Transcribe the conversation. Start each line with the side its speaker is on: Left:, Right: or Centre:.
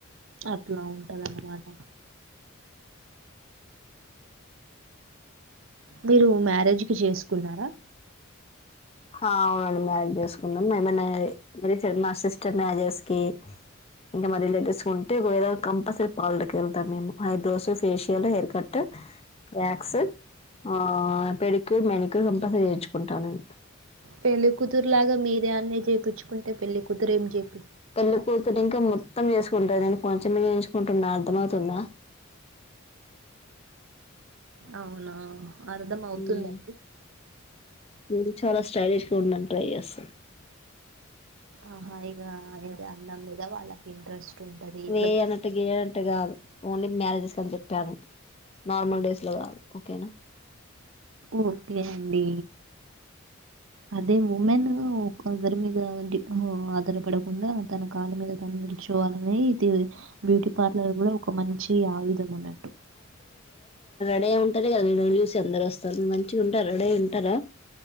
Right: అట్లా ఉంటద అన్నమాట మీరు మ్యారేజ్ కి చేసుకున్నారా
Left: అవునండి మడ్ చేసుకున్నాం ఏమనా మా సిస్టర్ మ్యాజెస్ కి ఇంకా మా రిలేటివ్స్ క ఉంటే ఒకవే కంపల్సరీ పాలటర్కి వెళ్తాం మేము eyebrows facial hair cut wax ఆ పెడిక్యూర్ మెనిక్యూర్ కంపల్సరీ చేర్చుకుంటాన
Right: పెళ్లికతురు లాగా మీరే అన్న చేయిించుకుంటే పెళ్లి కూతురు ఏం చే
Left: పళ్ల పూర్తుడంకా ము తమ కుంటా నేను కొంచెమ ఎయించుకుంటున్నా అర్థ అవుతుందా
Right: అవునా అర్ధం అవుతుందండి
Left: మ చాలా స్టలిష్ సూంటైస్
Right: ఆహా ఇ అ అలం మీద వాళ్ళకి ఇంట్రెస్ట్ ఉంటది ఇట్లా
Left: వే అనటు గనంట కాదు ఓన్లీ మ్యారేజెస్ అని చెప్పాను నార్మల్ డేస్ లో కాదు ఓకేనా
Right: ఓకే అండి అదే ఉమెన్ ఒందరి మీద ఆధారపడకుండా తన కాళ్ళ మీద తను నిలుచోవాలని ఇది బ్యూటీ పార్లర్ కూడా ఒక మంచి ఆయుధం అనండి
Left: అడ ఉంటారు కదా చూసి అందరు వస్తారు మంచిగా ఉంటారు అడ ఉంటారా